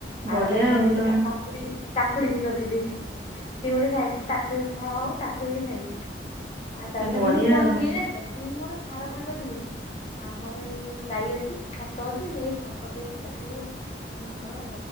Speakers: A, on the left (about 35°); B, on the right (about 55°).
A: ତାପରେ
B: ବଢିଆ
A: ତ ଭେଣ୍ଡି
B: ତମେ
A: ଆଉ କାକ୍ କୁଡି କାକୁଡି ବି ଲଗେଇ ଦେଇଛି। ସିଏ ଗୋଟେ ସାଇଡରେ ତାକୁ ବି ଫଳ ହବ ତାକୁ ବି ଖାଇବି ଆଉ ତା ଦେହରେ
B: ବଢିଆ
A: ମୁଁ କଣ
B: ଆଉ।
A: ଦିଏ ଜାଣିଚ? ମୁୁଁ ମୋର ସାର ଫାର ଦିଏନି। ଆମର ଏଇ ଯୋଉ ଗାଈ ଅଛି ଖତ ଅଛି ସେଇ ଖତ ଦେଇକି ତାକୁ ମୁଁ ମୋର